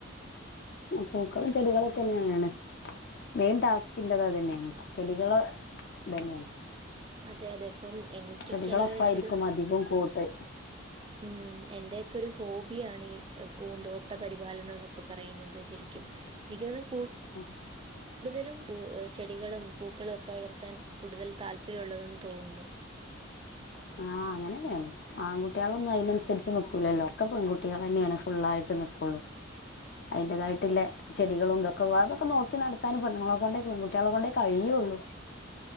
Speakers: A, on the left; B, on the right.
A: പൂക്കളും ചെടികളൊക്കെന്നേണ് മെയിൻ ടാസ്കിൻ്റെത് അതന്നെയാണ് ചെടികള് ഇതന്നെണ്
B: അതെ അതെ ഇപ്പം എനിക്കൊക്കെയാണെങ്കിൽ
A: ചെടികളൊപ്പായിരിക്കും
B: എന്റെ ഒരു
A: അധികം കൂട്ട്
B: ഉം എന്റെയൊക്കെ ഒരു ഹോബിയാണ് ഈ പൂന്തോട്ട പരിപാലനം ന്നൊക്കെ പറയുന്നത് ശരിക്കും വികത് കൂട്
A: ആഹ്
B: കൂടുതലും പൂവ് ചെടികളും പൂക്കളും ഒക്കെ വളർത്താൻ കൂടുതൽ താല്പര്യമുള്ളതെന്ന് തോന്നുന്നു
A: ആഹ് അങ്ങനെഞെയാണ് ആൺകുട്ടികളൊന്നും അയിനൻസരിച്ച് നിക്കൂലല്ലോ ഒക്കെ പെൺകുട്ടികളന്നെയാണ് ഫുള്ളായിട്ട് നിക്കൊള്ളൂ അയിൻ്റെതായിട്ട്ല്ലെ ചെടികളും ഇതൊക്കെ അതൊക്കെ നോക്കി നട്ത്താന് പെണ്ണുങ്ങളെ കൊണ്ടേ പെങ്കുട്ട്യാളെ കൊണ്ടേ കഴിയാെള്ളൂ